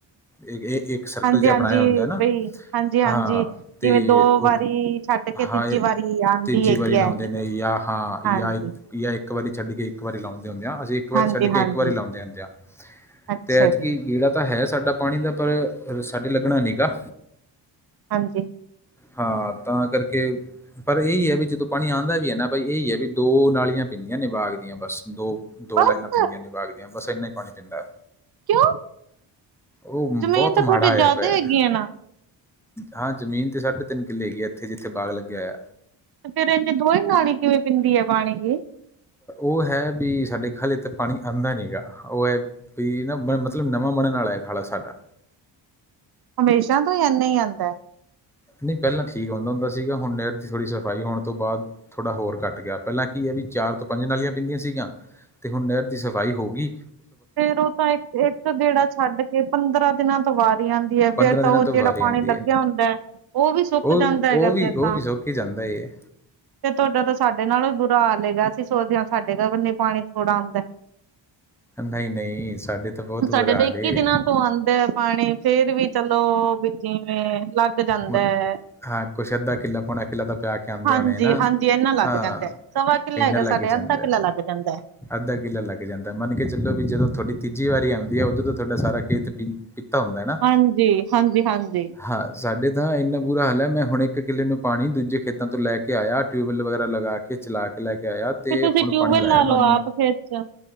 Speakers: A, in the centre; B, on the right.
A: ਏ ਏ ਇੱਕ ਸਰਕਲ
B: ਹਾਂਜੀ
A: ਜਾ
B: ਹਾਂਜੀ
A: ਬਣਾਇਆ ਹੁੰਦਾ ਹਨਾ
B: ਬਈ ਹਾਂਜੀ ਹਾਂਜੀ।
A: ਹਾਂ ਤੇ
B: ਜਿਵੇਂ ਦੋ
A: ਓ
B: ਵਾਰੀ ਛੱਡ ਕੇ
A: ਹਾਂ
B: ਤੀਜੀ
A: ਏ
B: ਵਾਰੀ ਆਉਂਦੀ
A: ਤੀਜੀ
B: ਹੈਗੀ
A: ਵਾਰੀ ਲੋਂਦੇ
B: ਹੈ ਜਿਵੇਂ
A: ਨੇ ਯਾ ਹਾਂ
B: ਹਾਂਜੀ।
A: ਯਾਂ ਯਾ ਇੱਕ ਵਾਰੀ ਛੱਡ ਕੇ ਇੱਕ ਵਾਰੀ ਲੌਂਦੇ ਹੁੰਦੇ ਆ ਅਸੀਂ ਇੱਕ ਵਾਰੀ
B: ਹਾਂਜੀ
A: ਛੱਡ ਕੇ
B: ਹਾਂਜੀ
A: ਇੱਕ ਵਾਰੀ ਲਾਉਂਦੇ ਹੁੰਦੇ ਆ
B: ਅੱਛਾ
A: ਤੇ ਐਤਕੀ
B: ਜੀ
A: ਗੇੜਾ ਤਾਂ ਹੈ ਸਾਡਾ ਪਾਣੀ ਦਾ ਪਰ ਸਾਡੇ ਲੱਗਣਾ ਨੀ ਗਾ।
B: ਹਾਂਜੀ।
A: ਹਾਂ ਤਾਂ ਕਰਕੇ ਪਰ ਏਈ ਐ ਵੀ ਜਦੋਂ ਪਾਣੀ ਆਂਦਾ ਵੀ ਐ ਨਾ ਬਈ ਏ ਈ ਐ ਵੀ ਦੋ ਨਾਲੀਆਂ ਪੈਂਦੀਆਂ ਨੇ ਬਾਗ ਦੀਆਂ ਬਸ ਦੋ-ਦੋ
B: ਬਸ
A: ਲਾਈਨਾਂ ਪੀਂਦੀਆਂ ਨੇ ਬਾਗ ਦੀਆਂ ਬਸ। ਏਨਾ ਹੀ ਪਾਣੀ ਪੈਂਦੈ।
B: ਕਿਉਂ
A: ਓ
B: ਜ਼ਮੀਨ
A: ਬਹੁਤ
B: ਤਾਂ ਤੁਹਾਡੇ
A: ਮਾੜਾ ਆਇਆ
B: ਜ਼ਿਆਦਾ
A: ਪਿਐ।
B: ਹੈਗੀ ਹੈ ਨਾ।
A: ਹਾਂ ਜ਼ਮੀਨ ਤੇ ਸਾਢੇ-ਤਿੰਨ ਕਿੱਲੇ ਹੈਗੀ ਆ ਇੱਥੇ ਜਿੱਥੇ ਬਾਗ ਲੱਗਿਆ ਹੋਇਐ।
B: ਤੇ ਫੇਰ ਏਨੇ ਦੋਏ ਨਾਲ ਈ ਕਿਵੇਂ ਪੀਂਦੀ ਐ ਪਾਣੀ ਦੀ?
A: ਓ ਹੈ ਵੀ ਸਾਡੇ ਖੱਲੇ ਤੇ ਪਾਣੀ ਆਂਦਾ ਨੀ ਗਾ ਓ ਐ ਵੀ ਨਾ ਮਤਲਬ ਨਵਾਂ ਬਣਨ ਆਲਾ ਐ ਖਾਲਾ ਸਾਡਾ।
B: ਹਮੇਸ਼ਾ ਤੋਂ ਹੀ ਐਨਾ ਈ ਆਂਦੈ।
A: ਨਈ ਪਹਿਲਾਂ ਠੀਕ ਆਂਦਾ ਹੁੰਦਾ ਸੀਗਾ ਹੁਣ ਨੈਰ ਦੀ ਥੋੜ੍ਹੀ ਸਫਾਈ ਹੋਣ ਤੋਂ ਬਾਦ ਥੋੜਾ ਹੋਰ ਘੱਟ ਗਿਆ ਪਹਿਲਾਂ ਕੀ ਹ ਵੀ ਚਾਰ ਤੋਂ ਪੰਜ ਨਾਲੀਆਂ ਪੀਂਦੀਆਂ ਸੀਗੀਆਂ। ਤੇ ਹੁਣ ਨਹਿਰ ਦੀ ਸਫ਼ਾਈ ਹੋਗੀ।
B: ਫੇਰ ਓ ਤਾਂ ਇੱਕ-ਇੱਕ ਗੇੜਾ ਛੱਡ ਕੇ ਪੰਦਰਾਂ ਦਿਨਾਂ ਤੋਂ ਵਾਰੀ ਆਂਦੀ ਐ
A: ਪੰਦਰਾਂ
B: ਫੇਰ ਤਾਂ
A: ਦਿਨਾਂ
B: ਓ
A: ਤੋਂ
B: ਜੇੜਾ
A: ਵਾਰੀ
B: ਪਾਣੀ
A: ਆਂਦੀ
B: ਲੱਗਿਆ
A: ਹੈ
B: ਹੁੰਦੈ ਓ ਵੀ ਸੁੱਕ
A: ਉਹ
B: ਜਾਂਦਾ ਹੈਗਾ
A: ਉਹ ਵੀ
B: ਫੇਰ
A: ਉਹ
B: ਤਾਂ
A: ਵੀ ਸੋਕ ਕੇ ਜਾਂਦਾ ਏ
B: ਤੇ ਤੁਹਾਡਾ ਤਾਂ ਸਾਡੇ ਨਾਲੋ ਵੀ ਬੁਰਾ ਹਾਲ ਹੈਗਾ ਅਸੀਂ ਸੋਚਦੇ ਆਂ ਸਾਡੇੰ ਨ ਪਾਣੀ ਥੋੜਾ ਆਂਦੈ।
A: ਨਈ-ਨਈ ਸਾਡੇ ਤਾਂ ਬਹੁਤ ਬੁਰਾ
B: ਸਾਡੇ ਤੇ
A: ਹਾਲ
B: ਇੱਕੀ
A: ਏ
B: ਦਿਨਾਂ ਤੋਂ ਆਂਦੈ ਪਾਣੀ ਫੇਰ ਵੀ ਚਲੋ ਵੀ ਜਿਵੇਂ ਲੱਗ ਜਾਂਦਾ
A: ਮ
B: ਏ।
A: ਹਾਂ ਕੁੱਛ ਅੱਧਾ ਕਿੱਲਾ ਪੋਣਾ ਕਿੱਲਾ ਤਾਂ ਪਿਆ ਕੇ ਆਂਦੇ
B: ਹਾਂਜੀ
A: ਹੋਣੇ ਨਾ
B: ਹਾਂਜੀ ਇੰਨਾ ਲੱਗ
A: ਹਾਂ।
B: ਜਾਂਦਾ ਐ ਸਵਾ ਕਿੱਲਾ
A: ਇੰਨਾ
B: ਹੈਗਾ
A: ਲੱਗ
B: ਸਾਡੇ
A: ਜਾਂਦੇ।
B: ਅੱਧਾ ਕਿੱਲਾ ਲੱਗ ਜਾਂਦਾ ਐ
A: ਅੱਧਾ ਕਿਲਾ ਲੱਗ ਜਾਂਦਾ ਮੰਨ ਕੇ ਚਲੋ ਵੀ ਜਦੋਂ ਤੁਹਾਡੀ ਤੀਜੀ ਵਾਰੀ ਆਉਂਦੀ ਉਦੋਂ ਤੋਂ ਤੁਹਾਡਾ ਸਾਰਾ ਖੇਤ ਪੀ। ਕੀਤਾ ਹੁੰਦਾ ਹੈ ਨਾ
B: ਹਾਂਜੀ ਹਾਂਜੀ ਹਾਂਜੀ
A: ਹਾਂ। ਸਾਡੇ ਤਾਂ ਇੰਨਾ ਬੁਰਾ ਹਾਲ ਹੈ ਮੈਂ ਹੁਣ ਇੱਕ ਕਿੱਲੇ ਨੂੰ ਪਾਣੀ ਦੂਜੇ ਖੇਤਾਂ ਤੋਂ ਲੈ ਕੇ ਆਇਆ ਟਿਊਬਵੈੱਲ ਵਗੈਰਾ ਲਗਾ ਕੇ। ਕੇ ਚਲਾ ਕੇ ਲੈ ਕੇ ਆਇਆ ਤੇ
B: ਫਿਰ ਤੁਸੀਂ
A: ਹੁਣ
B: ਟਿਊਬਵੈਲ
A: ਪਾਣੀ ਲਾਇਆ
B: ਲਾ
A: ਮੈ
B: ਲਓ
A: ਓਨੂੰ।
B: ਆਪ ਖੇਤ ਚ